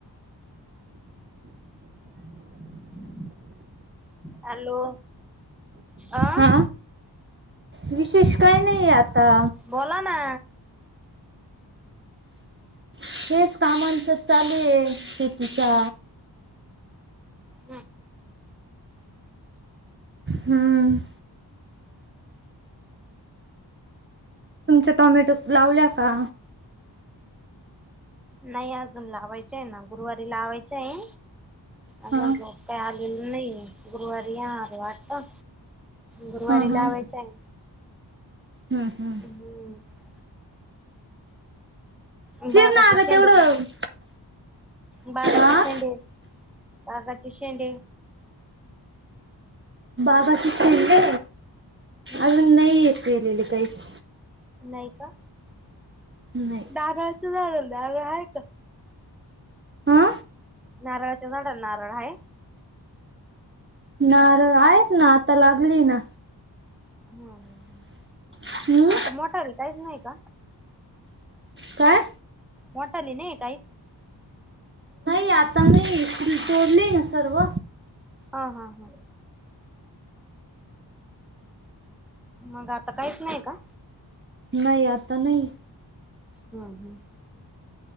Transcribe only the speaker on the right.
हा विशेष काही नाहीये आता.
हेच काम इथंच चालू आहे शेतीचा.
हम्म. तुमच्या टॉमॅटो लावल्या का?
हा
हा
हा
हम्म हम्म
चिर
ना अगं
तेवढं
आ
बाबाची पिले
अजून नाही येत येलेले काहीच.
नाही
हा
नारळ आहेत ना, आता लागली ना.
हम्म
काय
नाही आता नाही फुल तोडली ना सर्व.
नाही आता नाही.